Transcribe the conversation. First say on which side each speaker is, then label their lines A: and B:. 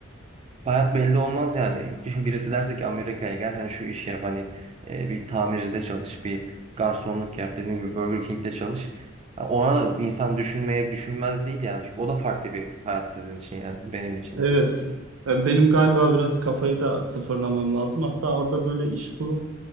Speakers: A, on the right; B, on the right.
A: Hayat belli olmaz yani. <laughs> Birisi derse ki Amerika'ya gel hani şu işi yap hani e, bir tamircide çalış, bir garsonluk yap dediğim gibi Burger King'de çalış. Ha, Ona da insan düşünmeye düşünmez değil yani. Çünkü o da farklı bir hayat sizin için yani. Benim için
B: Evet.
A: de sizin için de.
B: E, Benim galiba biraz kafayı da sıfırlamam lazım. Hatta orada böyle iş kurup